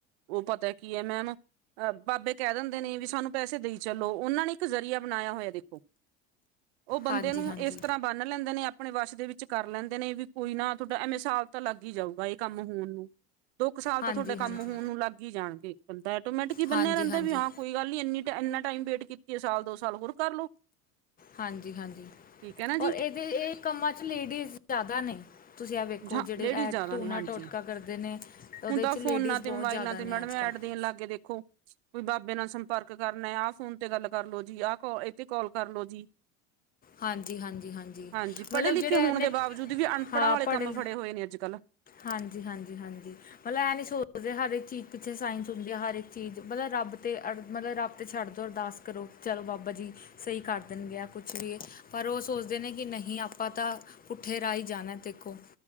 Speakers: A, on the right (about 85°); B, on the left (about 25°).
A: ਉਹ ਪਤਾ ਕੀ ਐ ਮੈਮ ਅਹ ਬਾਬੇ ਕਹਿ ਦਿੰਦੇ ਨੇ ਵੀ ਸਾਨੂੰ ਪੈਸੇ ਦੇਈ ਚੱਲੋ ਉਹਨਾਂ ਨੇ ਇੱਕ ਜ਼ਰੀਆ ਬਣਾਇਆ ਹੋਇਆ ਦੇਖੋ। ਉਹ ਬੰਦੇ
B: ਹਾਂਜੀ
A: ਨੂੰ
B: ਹਾਂਜੀ
A: ਇਸ ਤਰ੍ਹਾਂ ਬੰਨ੍ਹ ਲੈਂਦੇ ਨੇ ਆਪਣੇ ਵਸ਼ ਦੇ ਵਿੱਚ ਕਰ ਲੈਂਦੇ ਨੇ ਵੀ ਕੋਈ ਨਾ ਤੁਹਾਡਾ ਐ ਸਾਲ ਤਾਂ ਲੱਗ ਹੀ ਜਾਊਗਾ ਇਹ ਕੰਮ ਹੋਣ ਨੂੰ ਦੋ ਕੁ ਸਾਲ
B: ਹਾਂਜੀ
A: ਤਾਂ ਤੁਹਾਡੇ
B: ਹਾਂਜੀ
A: ਕੰਮ ਹੋਣ ਨੂੰ ਲੱਗ ਹੀ ਜਾਣਗੇ ਬੰਦਾ ਐਟੋਮੈਂਟ ਕੀ
B: ਹਾਂਜੀ
A: ਬੰਨਿਆ ਰਹਿੰਦਾ
B: ਹਾਂਜੀ
A: ਵੀ ਹਾਂ। ਕੋਈ ਗੱਲ ਨੀ ਇੰਨੀ ਇੰਨਾ ਟਾਈਮ ਵੇਟ ਕੀਤੀ ਐ ਸਾਲ ਦੋ ਸਾਲ ਹੋਰ ਕਰ ਲੋ।
B: ਹਾਂਜੀ-ਹਾਂਜੀ
A: ਠੀਕ ਹੈ ਨਾ ਜੀ
B: ਔਰ ਇਹਦੇ ਇਹ ਕੰਮਾਂ ਚ ਲੇਡੀਜ਼ ਜ਼ਿਆਦਾ ਨੇ, ਤੁਸੀਂ ਆ ਵੇਖੋ
A: ਜਾਂ
B: ਜਿਹੜੇ
A: ਲੇਡੀਜ਼
B: ਇਹ
A: ਜ਼ਿਆਦਾ
B: ਟੂਣਾ
A: ਨੇ ਹਾਂਜੀ
B: ਟੋਟਕਾ ਕਰਦੇ ਨੇ ਉਹਦੇ
A: ਹੁਣ ਤਾਂ
B: 'ਚ ਲੇਡੀਜ਼
A: ਫੋਨਾਂ ਤੇ
B: ਬਹੁਤ
A: ਮੋਬਾਇਲਾਂ
B: ਜ਼ਿਆਦਾ
A: ਤੇ
B: ਨੇ
A: ਮੈਡਮ
B: ਅੱਜ-ਕੱਲ੍ਹ
A: ਐਡ ਦੇਣ ਲੱਗ ਦੇਖੋ ਕੋਈ ਬਾਬੇ ਨਾਲ ਸੰਪਰਕ ਕਰਨਾ ਆਹ ਫੋਨ ਤੇ ਗੱਲ ਕਰ ਲੋ ਜੀ ਆਹ ਇਹ ਤੇ ਕਾਲ ਕਰਲੋ ਜੀ।
B: ਹਾਂਜੀ ਹਾਂਜੀ
A: ਹਾਂਜੀ
B: ਮਤਲਬ
A: ਪੜ੍ਹੇ ਲਿਖੇ
B: ਜਿਹੜੇ
A: ਹੋਣ
B: ਇਹਨੇ
A: ਦੇ ਬਾਵਜੂਦ ਵੀ ਅਨਪੜ੍ਹਾਂ
B: ਹਾਂ
A: ਵਾਲੇ
B: ਪੜ੍ਹੇ
A: ਕੰਮ ਫੜੇ ਹੋਏ ਨੇ ਅੱਜ-ਕੱਲ੍ਹ,
B: ਹਾਂਜੀ, ਹਾਂਜੀ, ਹਾਂਜੀ। ਮਤਲਬ ਇਹ ਨੀ ਸੋਚਦੇ ਹਰ ਇੱਕ ਚੀਜ਼ ਪਿੱਛੇ ਸਾਇੰਸ ਹੁੰਦੀ ਐ, ਹਰ ਇੱਕ ਚੀਜ਼ ਮਤਲਬ ਰੱਬ ਤੇ ਮਤਲਬ ਰੱ ਤੇ ਛੱਡ ਦਿਉ ਅਰਦਾਸ ਕਰੋ ਚਲੋ ਬਾਬਾ ਜੀ, ਸਹੀ ਕਰ ਦੇਣਗੇ ਕੁਛ ਵੀ ਪਰ ਉਹ ਸੋਚਦੇ ਨੇ ਕਿ ਨਹੀਂ ਆਪਾਂ ਤਾਂ ਪੁੱਠੇ ਰਾਹੀਂ ਜਾਣਾ ਦੇਖੋ।